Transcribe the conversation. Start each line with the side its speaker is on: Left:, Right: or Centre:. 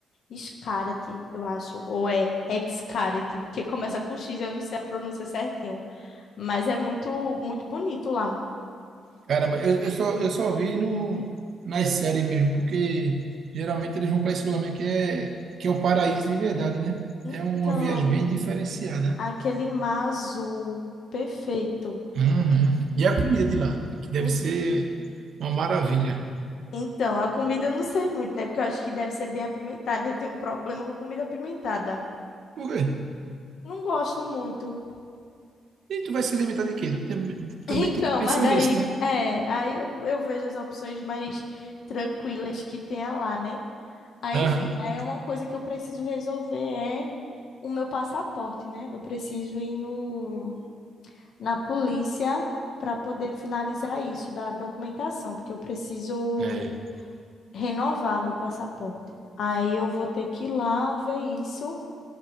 Left: Xcaret, eu acho, ou é Xcaret, porque começa com X, eu não sei a pronúncia certinho, mas é muito, muito bonito lá.
Right: Caramba, eu, eu só, eu só vi no, nas séries mesmo, porque geralmente eles vão para esse lugar mesmo que é, que é o paraíso de verdade, né?
Left: Então,
Right: É uma viagem bem diferenciada.
Left: Aquele mar azul. Perfeito.
Right: Uhum. E a comida de lá, que deve
Left: En-
Right: ser uma maravilha.
Left: Então, a comida eu não sei muito, né? Porque eu acho que deve ser bem apimentada. Eu tenho um problema com comida apimentada.
Right: Por quê?
Left: Não gosto muito. <laughs>
Right: E tu vai se alimentar de quê? Tu tem-
Left: Então,
Right: também tem que pensar
Left: mas daí,
Right: nisso, né?
Left: é, aí eu, eu vejo as opções mais tranquilas que tenha lá, né? Aí,
Right: Aham.
Left: enfim, aí é uma coisa que eu preciso resolver é o meu passaporte, né? Eu preciso ir no, na polícia para poder finalizar isso da documentação, porque eu preciso
Right: É.
Left: renovar meu passaporte. Aí eu vou ter que ir lá ver isso